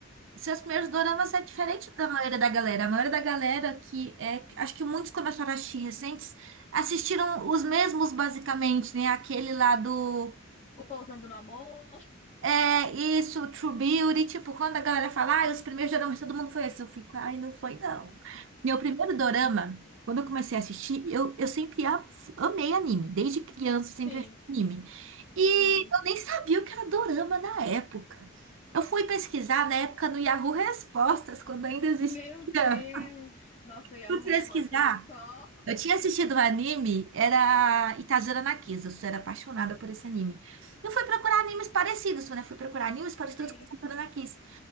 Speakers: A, on the right; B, on the left.
A: seus primeiros doramas é diferente da maioria da galera. A maioria da galera que é. Acho que muitos começaram a assistir recentes assistiram os mesmos, basicamente, né? Aquele lá do.
B: O Pousando no Amor?
A: É isso, True Beauty, tipo, quando a galera fala, ah, os primeiros doramas, todo mundo foi assim, eu fico, ai, não foi não. Meu primeiro dorama, quando eu comecei a assistir, eu, eu sempre a- amei anime, desde criança eu sempre
B: Sim,
A: assisti anime. E
B: sim.
A: eu nem sabia o que era dorama na época. Eu fui pesquisar na época no Yahoo Respostas, quando ainda existia.
B: Meu Deus! Nossa, e a
A: Fui pesquisar.
B: respostas é só
A: Eu tinha assistido um anime, era Itazura na Kisa. eu era apaixonada por esse anime. Eu fui procurar animes parecidos, né? Fui procurar animes parecidos
B: sim.
A: com Itazura na Kisa.